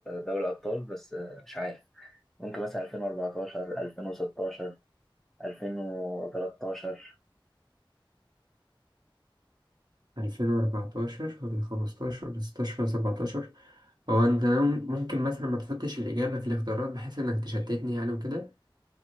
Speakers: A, in the centre; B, on the right.
A: دوري ابطال بس آه، مش عارف ممكن مثلا 2014 2016 2013
B: 2014 ولا 15 ولا 16 ولا 17 هو انت ممكن مثلا ما تحطش الإجابة في الاختيارات بحيث انك تشتتني يعني وكده